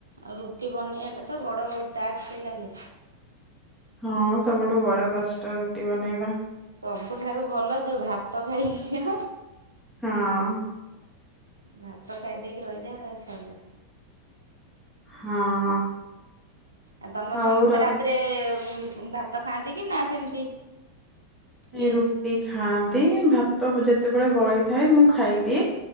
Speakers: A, on the right (about 75°); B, in the centre.
A: ଆଉ ରୁଟି ବନେଇବାଟା ତ ବଡ଼ ବ ଟାକ୍ସ ଲାଗେ।
B: ହଁ, ସବୁଠୁ ବଡ଼ କଷ୍ଟ ରୁଟି ବନେଇବା।
A: ସବୁଠାରୁ ଭଲ ଯୋଉ ଭାତ ଖାଇଦିଅ
B: ହଁ।
A: ଭାତ ଖାଇ ଦେଇକି ରହିଯାଆ ସରିଲା।
B: ହଁ।
A: ଆଉ ତମର
B: ହଉର
A: ସମସ୍ତେ ରାତିରେ-ଏ ଭାତ ଖାଆନ୍ତି କି ନା, ସେମିତି ଇଏ
B: ରୁଟି ଖାଆନ୍ତି। ଭାତ ଯେତେବେଳେ ବଳିଥାଏ, ମୁଁ ଖାଇଦିଏ।